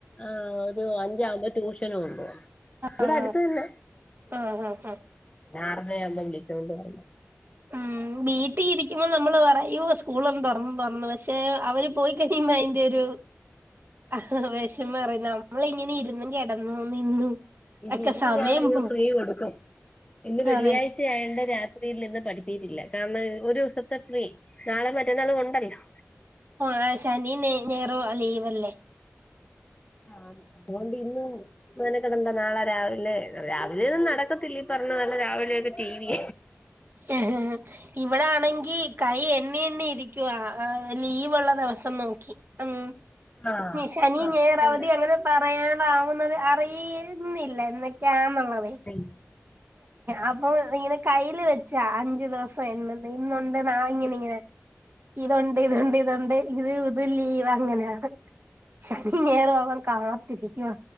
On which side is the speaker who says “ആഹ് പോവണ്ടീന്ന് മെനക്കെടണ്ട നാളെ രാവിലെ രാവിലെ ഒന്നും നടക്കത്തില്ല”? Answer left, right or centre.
Left